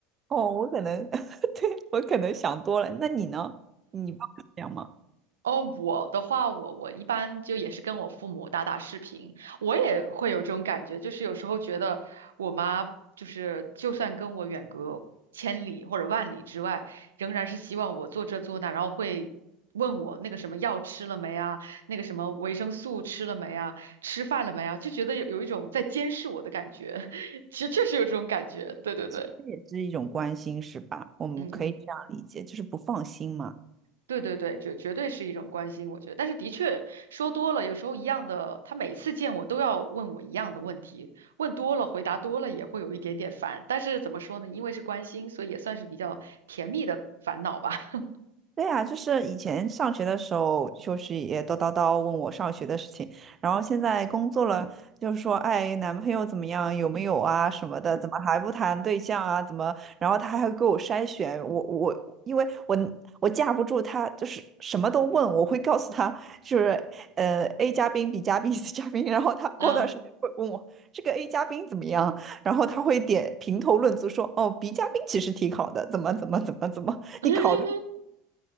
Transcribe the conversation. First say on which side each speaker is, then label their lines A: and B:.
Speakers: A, on the right; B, on the right.
A: 哦，我可能，<laughs> 对，我可能想多了。那你呢？你不会这样吗？
B: 哦，我的话，我我一般就也是跟我父母打打视频，我也会有这种感觉，就是有时候觉得我妈就是就算跟我远隔千里或者万里之外，仍然是希望我做这做那，然后会问我那个什么药吃了没啊，那个什么维生素吃了没啊，吃饭了没啊，就觉得有有一种在监视我的感觉，<laughs> 其实确实有这种感觉，对对对，
A: 这也是一种关心，是吧？我们可以这样理解，
B: 嗯嗯。
A: 就是不放心嘛。
B: 对对对，绝绝对是一种关心，我觉得。但是的确说多了，有时候一样的，他每次见我都要问我一样的问题，问多了，回答多了也会有一点点烦。但是怎么说呢？因为是关心，所以也算是比较甜蜜的烦恼吧。<laughs>
A: 对呀，就是以前上学的时候，就是也叨叨叨问我上学的事情，然后现在工作了，就是说，哎，男朋友怎么样，有没有啊什么的，怎么还不谈对象啊？怎么？然后他还会给我筛选，我我因为我我架不住他，就是什么都问，我会告诉他，就是呃 A 加宾、B 加宾、C 嘉宾，然后他过段时间会问我这个
B: 嗯。
A: A 加宾怎么样，然后他会点评头论足说，哦，B 加宾其实挺好的，怎么怎么怎么怎么，
B: <laughs>
A: 你考虑。